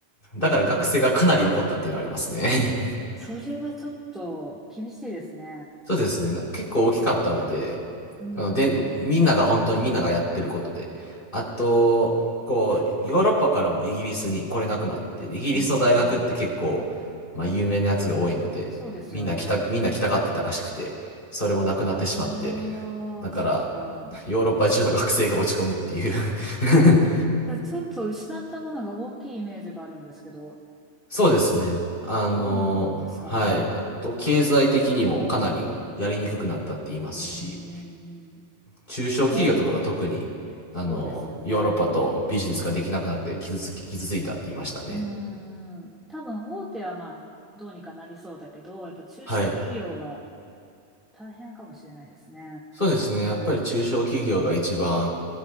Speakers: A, on the left; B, in the centre.
A: だから学生がかなり怒ったっていうのはありますね。
B: ああ、それはちょっと厳しいですね。
A: そうですね。な結構大きかったので、
B: うんうんうん。
A: あの、で、みんなが本当にみんながやってることで、あと、こう、ヨーロッパからもイギリスに来れなくなって、イギリスの大学って結構、
B: うんうんうんうん。
A: まあ、有名なやつが多いので、
B: そうですよね。
A: みんな来た、みんな来たがってたらしくて、それもなくなってしまって、
B: ああ、
A: だから、
B: そっか。
A: ヨーロッパ中の学生が落ち込むっていう <laughs>
B: じゃあちょっと失ったものが大きいイメージがあるんですけど、
A: そうですね。あの、
B: どうなんですかね。
A: はい。あと、経済的にもかなりやりにくくなったって言いますし、
B: うーん。
A: 中小企業とかが特に、
B: ええ、そうですよね。
A: あの、ヨーロッパとビジネスができなくなって傷つき、傷ついたって言いましたね。
B: うーん。多分大手はまあ、どうにかなりそうだけど、やっぱ中小企業は
A: はい。
B: 大変かもしれないですね。
A: そうですね。やっぱり中小企業が一番、